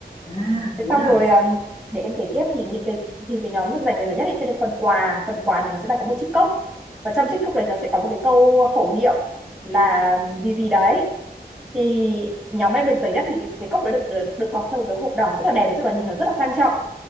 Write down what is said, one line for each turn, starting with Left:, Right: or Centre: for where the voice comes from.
Left: à
Centre: Thế
Left: hiểu
Centre: xong
Left: rồi
Centre: rồi um, để em kể tiếp thì những cái thì cái nhóm được giành được giải nhất ấy sẽ được phần quà phần quà thì nó sẽ là có một chiếc cốc và trong chiếc cốc này nó sẽ có một cái câu khẩu hiệu là gì gì đấy thì nhóm em được giải nhất thì cái, cái cốc đó được, được được bọc trong một cái hộp đỏ rất là đẹp nói chung là nhìn nó rất là sang trọng